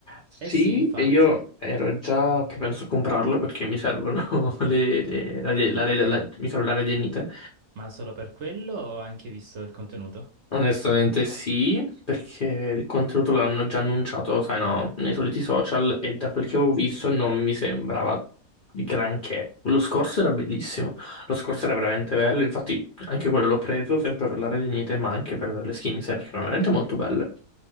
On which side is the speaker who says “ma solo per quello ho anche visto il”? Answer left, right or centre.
Right